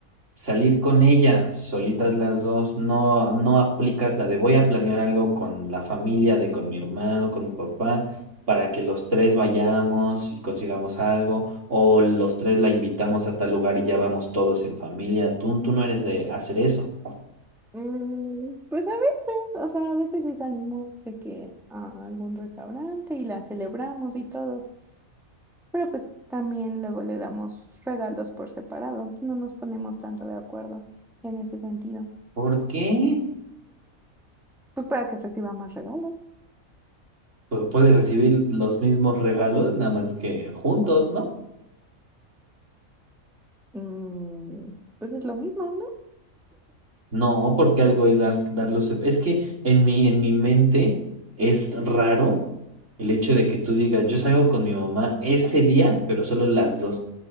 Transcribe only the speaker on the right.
Salir con ella, solitas las dos, no, no aplicas la de voy a planear algo con la familia, de con mi hermano, con mi papá, para que los tres vayamos y consigamos algo, o los tres la invitamos a tal lugar y ya vamos todos en familia. Tú, tú no eres de hacer eso.
¿Por qué?
Pues puedes recibir los mismos regalos, nada más que juntos, ¿no?
No, porque algo es dar, dar los... Es que en mi, en mi mente es raro el hecho de que tú digas, yo salgo con mi mamá ese día, pero solo las dos.